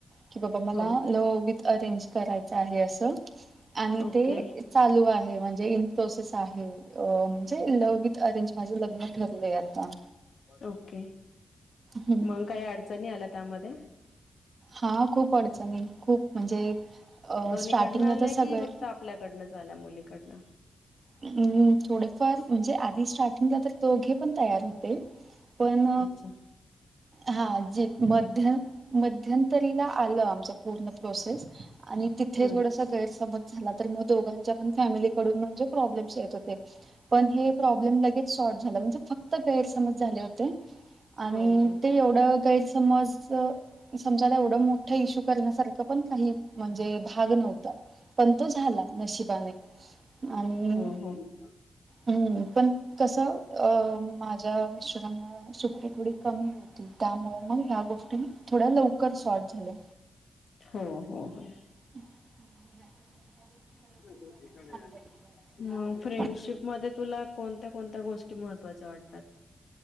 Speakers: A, on the right (about 50°); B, on the left (about 70°).
A: की बाबा मला
B: हो
A: ल विथ अरेंज करायचं आहे असं. आणि
B: ओके
A: ते चालू आहे म्हणजे इ प्रोसेस आहे अ म्हणजे लव्ह विथ अरेंज माझं लग्न ठरलंय आता.
B: ओके
A: हम्म.
B: मग काही अडचणी आल्या त्यामध्ये.
A: हा खूप अडचणी खूप म्हणजे अ
B: दोन्ही
A: स्टार्टिंगला
B: कडनं आल्या
A: तर सगळे
B: की फक्त आपल्याकडनंच आल्या मुलीकडनं.
A: हम्म थोडेफार म्हणजे आधी स्टार्टिंगला तर दोघे पण तयार होते पण.
B: अच्छा
A: हा ज मध्य मध्यंतरीला आलं आमच पूर्ण प्रोसेस आणि तिथे
B: हम्म
A: थोडासा गैरसमज झाला तर मग दोघांच्या पण फॅमिलीकडून म्हणजे प्रॉब्लेम्स आहेत. पण हे प्रॉब्लेम लगेच सॉर्ट झाला कारण फक्त गैरसमज होते. आणि
B: हो हो
A: ते एवढं गैरसमज समजा आता एवढं मोठ इशू. करण्यासारख पण काही म्हणजे भाग नव्हता पण तो झाला नशिबाने. आणि
B: हम्म हम्म.
A: हम्म पण कसं अ माझ्या मिस्टरांना सुट्टी थोडी कमी होती. त्यामुळे मग ह्या गोष्टी थोड्या लवकर शॉर्ट झाल्या.
B: हो हो हो.
A: <inaudible> ह्या गोष्टी मला खूप
B: मग
A: जास्त सांगायला लागल्या.
B: फ्रेंडशिप मध्ये तुला कोणत्या कोणत्या गोष्टी महत्त्वाच्या वाटतात?